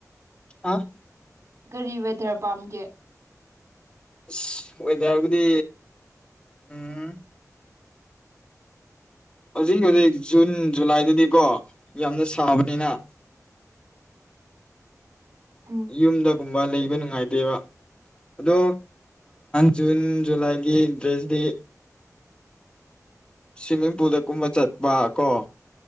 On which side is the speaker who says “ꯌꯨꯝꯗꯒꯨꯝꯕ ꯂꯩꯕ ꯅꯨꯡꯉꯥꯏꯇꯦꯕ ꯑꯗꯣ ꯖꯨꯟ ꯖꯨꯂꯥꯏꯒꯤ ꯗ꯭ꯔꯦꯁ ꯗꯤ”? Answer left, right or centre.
Left